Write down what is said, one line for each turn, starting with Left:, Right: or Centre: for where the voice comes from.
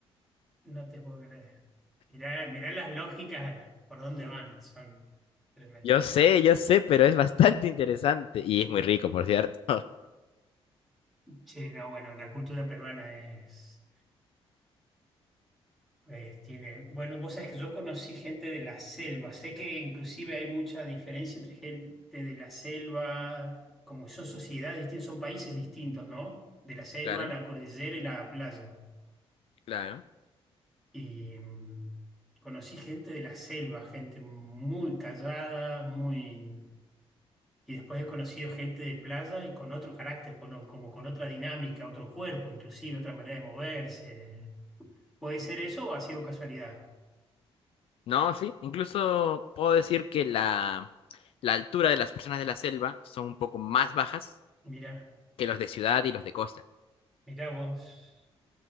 Centre: No te puedo creer. Mirá, mirá las lógicas por dónde van. Son tremendas.
Left: Yo sé, yo sé, pero es bastante interesante y es muy rico, por cierto.
Centre: Che, no, bueno, la cultura peruana es. Eh, tiene, bueno, vos sabés que yo conocí gente de la selva. Sé que inclusive hay mucha diferencia entre gente de la selva, como que son sociedades distintas, son países distintos, ¿no? De la selva,
Left: Claro,
Centre: la cordillera y la playa.
Left: claro.
Centre: Y mm, conocí gente de la selva, gente muy callada, muy... Y después he conocido gente de playa y con otro carácter, con, como con otra dinámica, otro cuerpo, inclusive otra manera de moverse. ¿Puede ser eso o ha sido casualidad?
Left: No, sí, incluso puedo decir que la, la altura de las personas de la selva son un poco más bajas
Centre: Mira.
Left: que los de ciudad y los de costa.
Centre: Mirá vos.